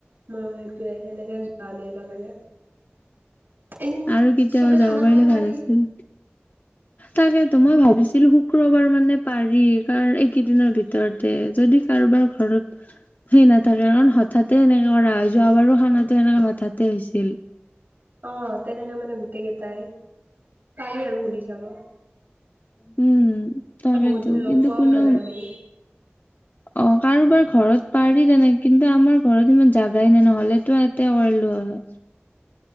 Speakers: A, on the right; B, on the left.
A: মইও সেইটোয়ে সেনেকে যোৱা আমি একেলগে। এদিন
B: আৰু কেতিয়াবা
A: চবে
B: যাব
A: খানা খাব
B: পাৰিলে
A: পাৰি
B: ভাল আছিল তাকেতো মই ভাবিছিলো শুক্ৰবাৰ মানে পাৰি কাৰ এইকেইদিনৰ ভিতৰতে যদি কাৰোবাৰ ঘৰত সেই নাথাকে কাৰণ হঠাতে এনেকে কৰা হয় যোৱাবাৰো খানাটো এনেকে হঠাতে হৈছিল।
A: অ তেনেকে মানে গোটেই কেইটাই পাৰি আৰু সুধি চাব।
B: উম। তাকেতো
A: বহুত দিন লগ
B: কিন্তু
A: পোৱাও
B: কোনো
A: যোৱা নাই আমি।
B: অ কাৰোবাৰ ঘৰত পাৰি তেনেকে কিন্তু আমাৰ ঘৰত ইমান জাগাই নাই ন'হলে তো ইয়াতে কৰিলো হয়।